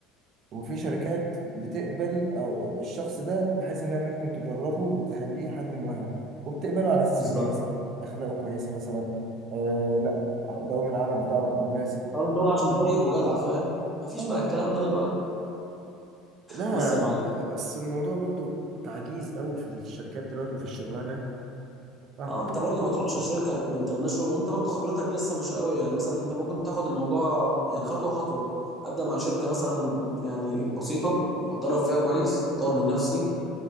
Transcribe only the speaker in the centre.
بالظبط
اه اللي هو عشان طيب وجدع فاهم مفيش
بقى الكلام ده دلوقتي
بص يا معلم
اه انت برضو ما تروحش لشركه انترناشونال وانت برضو خبرتك لسه مش قوي يعني مثلا انت ممكن تاخد الموضوع يعني خطوه خطوه ابدا مع شركه مثلا يعني بسيطه اتدرب فيها كويس اطور من نفسي